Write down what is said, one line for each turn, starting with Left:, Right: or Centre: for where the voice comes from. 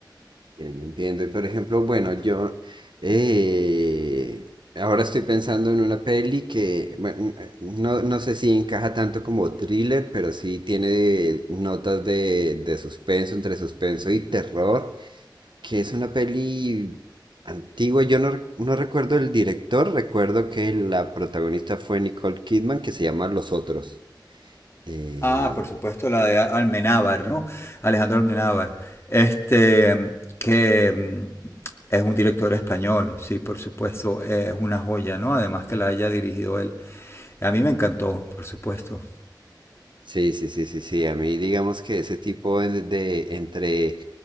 Right: Entiendo, entiendo. Y, Por ejemplo, bueno, yo eh, ahora estoy pensando en una peli que bueno, mm, eh, no, no sé si encaja tanto como thriller, pero sí tiene notas de, de suspenso, entre suspenso y terror. que es una peli antigua. Yo no, re- no recuerdo el director, recuerdo que la protagonista fue Nicole Kidman, que se llama Los Otros. eh,
Left: Ah, por supuesto, la de Almenábar, ¿no? Alejandro Almenábar. Este, que mm, es un director español, sí, por supuesto, es una joya, ¿no? Además que la haya dirigido él. A mí me encantó, por supuesto.
Right: Sí, sí, sí, sí, sí. A mí digamos que ese tipo de, de- entre